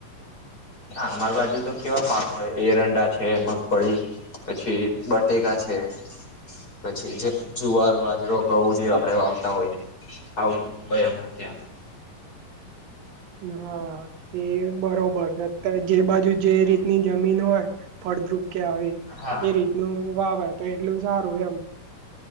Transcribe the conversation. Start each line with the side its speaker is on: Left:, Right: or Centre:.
Left: ના અમારી બાજુ તો કેવા પાક હોય એરંડા છે મગફળી. પછી બટેકા છે પછી જુવાર રવાજરો ઘઉ જે આપડે વાવતા હોઈએ આવું બધુંમાં ત્યાં
Right: હા તે બરોબર છે જે બાજુ જે રી ની જમીન હોય ફળદ્રુપ કે આવી
Left: હા
Right: એ રીતનું વાવે તો એટલું સારું એમ.